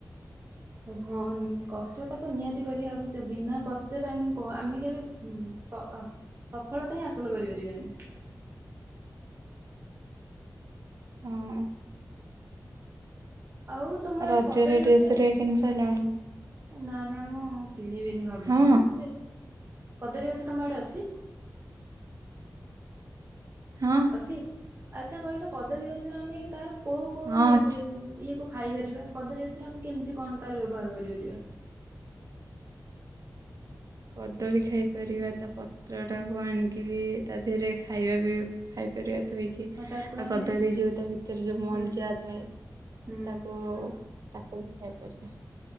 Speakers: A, on the right; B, on the right.
A: ହଁ ନି କଷ୍ଟଟା ତ ନିହାତି କରିବା ଅବଶ୍ୟକ ବିନା କଷ୍ଟରେ ଆମେ ଆମେ କେବେ ଉମ ଆ ସଫଳତା ହିଁ ହାସଲ କରିପାରିବାନି।
B: ହଁ।
A: ଆଉ ତମ ଆଡେ
B: ରଜରେ
A: କଦଳୀ
B: ଡ୍ରେସ
A: ଗଛ
B: ହେରିକା
A: ଅଛି
B: କିଣି ସାରିଲଣି
A: ନା ନା ମୁଁ। କିଣିବିନି ଭାବୁଛି।
B: ହଁ
A: କଦଳୀ ଗଛ ତମ ଆଡେ ଅଛି।
B: ହଁ
A: ଅଛି। ଆଚ୍ଛା କହିଲୁ କଦଳୀ ଗଛରେ ଆମେ ତାର। କୋଉ କୋଉ
B: ହଁ ଅଛି।
A: ଇଏ। ଖାଇପାରିବା କଦଳୀ ଗଛରେ ଆମେ କେମିତି କଣ ତାର ବ୍ୟବହାର କରିପାରିବା।
B: କଦଳୀ ଖାଇପାରିବା ତା ପତ୍ର ଟାକୁ ଆଣିକି ବି ତା ଦେହରେ ଖାଇବା ବି ଖାଇପାରିବା। ଧୋଇକି
A: ହଁ ତାକୁ
B: ଆଉ
A: ଆମେ
B: କଦଳୀ ଯୋଉ ତା ଭିତରେ ଯୋଉ ମଞ୍ଜା
A: ହୁଁ
B: ଥାଏ
A: ହୁଁ
B: ତାକୁ। ତାକୁ ବି ଖାଇପାରିବା।